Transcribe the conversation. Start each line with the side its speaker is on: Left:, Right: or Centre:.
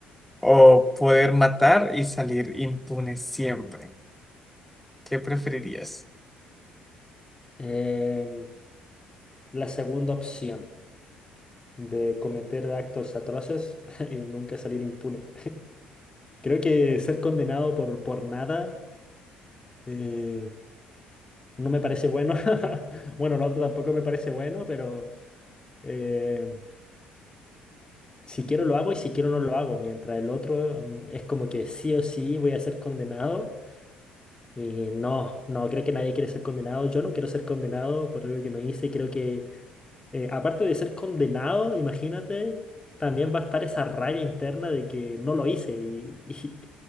Centre: o poder matar y salir impune siempre? ¿Qué preferirías?
Left: Em, la segunda opción de cometer actos atroces <laughs> y nunca salir impune. Creo que ser condenado por, por nada eh, no me parece bueno. <laughs> Bueno, lo otro tampoco me parece bueno, pero eh, si quiero lo hago y si quiero no lo hago. Mientras el otro mm, es como que sí o sí voy a ser condenado. Y no, no, creo que nadie quiere ser condenado. Yo no quiero ser condenado por algo que no hice. Creo que eh, aparte de ser condenado, imagínate, también va a estar esa rabia interna de que no lo hice. Y, <laughs> y-